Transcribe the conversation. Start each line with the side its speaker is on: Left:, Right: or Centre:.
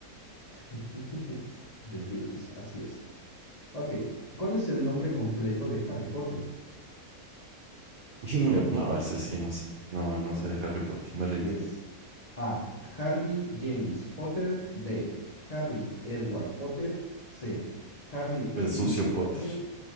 Left: <laughs> The Beatles, así es. Ok. ¿Cuál es el nombre completo de Harry Potter?
Right: Ingato. No, ese sí, no sé. No, no sé
Left: Ok.
Right: de Harry Potter. Me rindo.
Left: es A. Harry James Potter. B. Harry Edward Potter. C. Harry
Right: El
Left: Sirius
Right: sucio Potter.
Left: Potter.